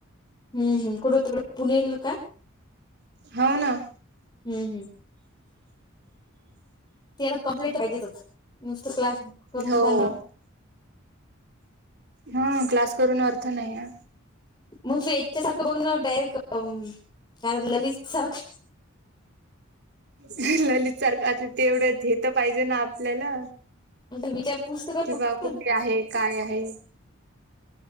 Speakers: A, on the left (about 20°); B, on the right (about 50°).
A: हम् हम कुठे होत कडे पुणेल काय
B: हाव ना
A: हम्म, हम्म ते आता कमप्लीट कहिजच नुसतं क्लास करून
B: हो.
A: काय होणार
B: ह क्लास करून अर्थ नाही या
A: मग ते याच्या सारखं बघ ना डायरेक्ट काय ललित सारखं
B: ह ललित सारखं आता ते एवढं घेत पाहिजे ना आपल्याला
A: विचारपूस तर कर
B: किंवा
A: फक्त.
B: कुठे आहेत काय आहे